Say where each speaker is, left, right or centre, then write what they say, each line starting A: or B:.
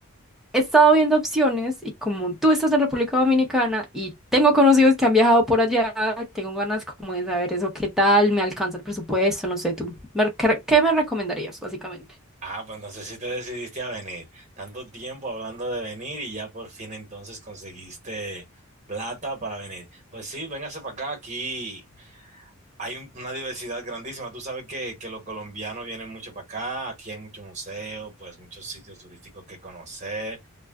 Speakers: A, in the centre; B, on the right.
A: he estado viendo opciones y como tú estás en República Dominicana y tengo conocidos que han viajado por allá, tengo ganas como de saber eso, qué tal, me alcanza el presupuesto, no sé, tú, me- ¿qué qué me recomendarías básicamente?
B: Ah, pues no sé si te decidiste a venir. Tanto tiempo hablando de venir y ya por fin entonces conseguiste plata para venir. Pues sí, véngase para acá. Aquí hay un- una diversidad grandísima. Tú sabes que, que los colombianos vienen mucho para acá. Aquí hay mucho museo, pues muchos sitios turísticos que conocer.